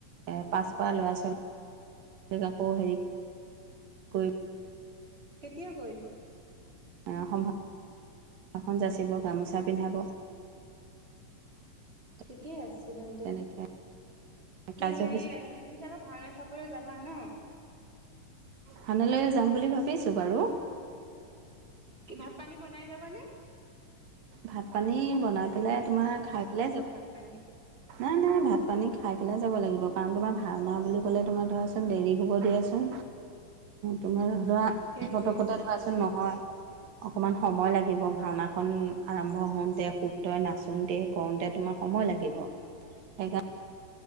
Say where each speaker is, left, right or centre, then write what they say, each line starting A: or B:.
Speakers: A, on the right; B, on the right.
A: এ পাছ কৰা ল'ৰা ছোৱালী লীক আকৌ হেৰি কৰি
B: কেতিয়া কৰিব?
A: এ সম্ভৱ আখন যাচিব গামোচা পিন্ধাব। <unintelligible>
B: ঠিকেই আছে তেন্তে,
A: তেনেকৈ
B: কি
A: কাৰ্যসূচী
B: হেৰি তুমি চাগৈ ভাওনা চাবলে যাবা ন?
A: ভাওনালে যাম বুলি ভাবিছো বাৰু।
B: কি ভাত পানী বনাই যাবানে?
A: ভাত পানী বনাই পেলাই তোমাৰ খাই পেলাই যাব
B: তাকে
A: নাই নাই ভাত পানী খাই পেলাই যাব লাগিব, কাৰণ তোমাৰ ভাওনা বুলি ক'লে তোমাৰ ধৰাচোন দেৰি হ'ব দিয়াচোন। তোমাৰ ধৰা
B: সেইটোৱে
A: ফতকতে ধৰাচোন
B: খাই কৰি
A: নহয়। অকণমান সময় লাগিব ভাওনাখন আৰম্ভ হওঁতে সূত্ৰই নাচোঁতে। কৰোঁতে তোমাৰ সময় লাগিব, সেইকাৰণে